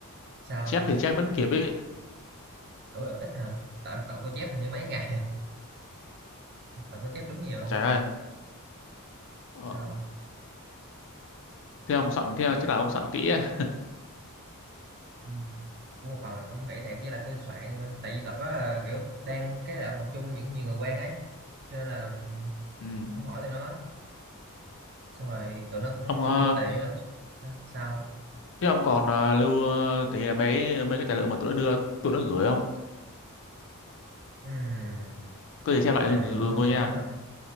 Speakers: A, on the right; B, on the left.
A: sao
B: chép thì chép vẫn kịp ấy
A: Ủa, ít hả? Tạo tao có chép hình như mấy ngày, <laughs> tao có chép đúng nhiều luôn
B: trời
A: á.
B: ơi ờ,
A: Sao không?
B: thế ông soạn theo chắc là ông soạn kỹ á
A: Ừ. Cũng một phần là cũng kỹ thiệt với lại tôi soạn tại vì đợt đó là kiểu đang cái đợt học chung những nhiều người quen ấy cho nên là
B: ừ.
A: tôi cũng hỏi tụi nó xong rồi tụi nó cũng
B: ông ờ,
A: đưa tài liệu cho nó sao, sao?
B: thế ông còn ờ, lưu ờ, cái mấy mấy cái tài liệu mà tụi nó đưa tụi nó gửi không
A: Ừm,
B: có gì xem lại
A: tài
B: giùm,
A: liệu
B: giùm
A: tụi nó
B: tôi
A: gửi
B: nha
A: hả